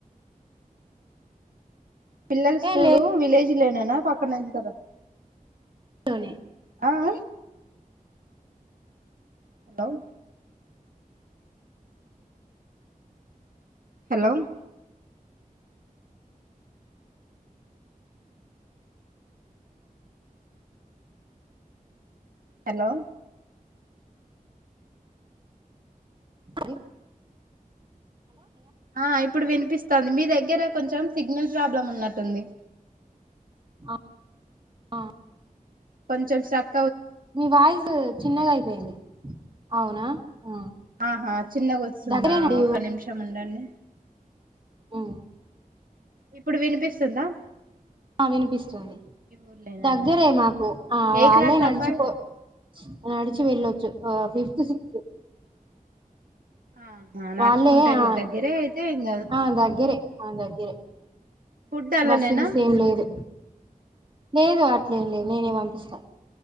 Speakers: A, on the right (about 70°); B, on the right (about 35°).
A: పిల్లల స్కూలు
B: ఏ లేదు
A: విలేజ్ లే నైనా పక్కన అందితార
B: తోనే
A: ఆఆ డవ్ హలో మ్ హలో
B: అయి
A: ఆ ఇప్పుడు వినిపిస్ వత్తాంది మీ దగ్గర కొంచెం సిగ్నల్ ప్రాబ్లమ్ ఉన్నట్టు ఉంది
B: ఆ ఆ
A: పంచర్ షాప్
B: మీ వాయిస్ చిన్నగా అయిపోయింది అవునా ఆ.
A: ఆహా చిన్నగా వస్తుందా
B: దగ్గరేనండి
A: ఒక నిమిషం ఉండడి
B: ఉ
A: ఇప్పుడు వినుపిస్తుందా
B: ఆ వినిపిస్తుంది
A: ఊర్లేనానా
B: దగ్గరే మాకు ఆ
A: ఏ
B: వాళ్ళే
A: క్లాస్
B: నడిచిపో
A: అబ్బాయి
B: నడిచి వెళ్ళొచ్చు ఆ ఫిఫ్త్ సిక్స్త్
A: ఆహా నడుచుకుంటే
B: వాళ్ళే
A: వెళ్ళ
B: ఆ
A: దగ్గరే అయితే ఏం కాదు
B: ఆ దగ్గరే ఆ దగ్గరే
A: ఫుడ్ అల్లనేనా
B: బస్సు గీసు ఏం లేదు లేదు అట్లే ఏం లేదు నినే ఇస్తా